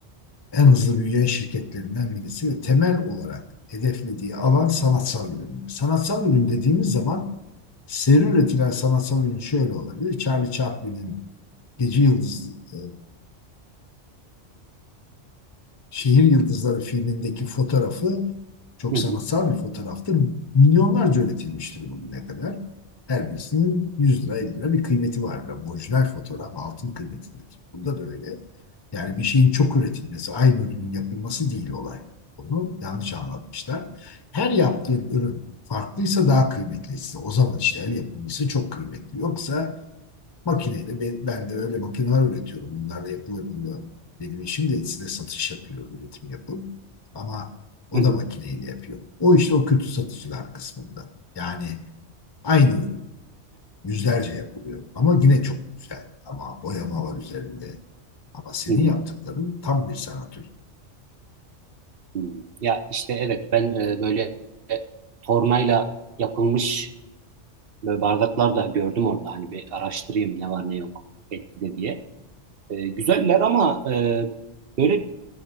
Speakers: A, on the left; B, on the right.
A: en hızlı büyüyen şirketlerinden birisi ve temel olarak hedeflediği alan sanatsal ürünler. Sanatsal ürün dediğimiz zaman seri üretilen sanatsal ürün şöyle olabilir. Charlie Chaplin'in Gece Yıldız e, Şehir Yıldızları filmindeki fotoğrafı çok
B: Hı
A: sanatsal
B: hı,
A: bir fotoğraftır. Milyonlarca üretilmiştir bugüne kadar. Her birisinin 100 lira 50 lira bir kıymeti vardır. Ama Orijinal fotoğraf altın kıymetindedir. Burada da öyle. Yani bir şeyin çok üretilmesi, aynı ürünün yapılması değil olay. Onu yanlış anlatmışlar. Her yaptığın ürün farklıysa daha kıymetlisi. O zaman işte el yapımcısı çok kıymetli. Yoksa Makineyle ben de öyle makineler üretiyorum. Bunlarla yapılabiliyor. Benim işim de size satış yapıyor, üretim yapım. Ama o
B: hı hı,
A: da makineyle yapıyor. O işte o kötü satıcılar kısmında. Yani aynı ürün yüzlerce yapılıyor. Ama yine çok güzel. Ama boyama var üzerinde. Ama senin
B: hı hı,
A: yaptıkların tam bir sanat ürünü.
B: hı hı. Ya işte evet ben e, böyle e, tornayla yapılmış böyle bardaklar da gördüm orada. Hani bir araştırayım ne var ne yok etkide diye. E, güzeller ama e, böyle